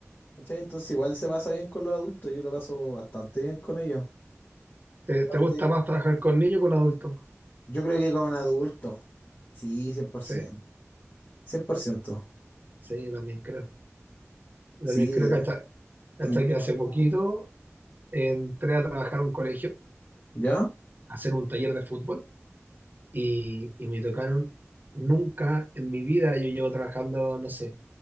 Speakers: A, on the left; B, on the right.
A: ¿cachai? Entonces igual se pasa bien con los adultos, yo lo paso bastante bien con ellos.
B: ¿Te,
A: Aparte,
B: te gusta más trabajar con niños que con adultos?
A: yo creo que con adultos, sí, cien cien por
B: Sí,
A: ciento, cien por ciento
B: sí, yo también creo. Yo
A: Sí,
B: también creo que hasta, hasta
A: Mucho
B: que hace
A: más
B: poquito
A: como...
B: entré a trabajar a un colegio,
A: ¿Ya?
B: a hacer un taller de fútbol y, y me tocaron nunca en mi vida, yo llevo trabajando, no sé,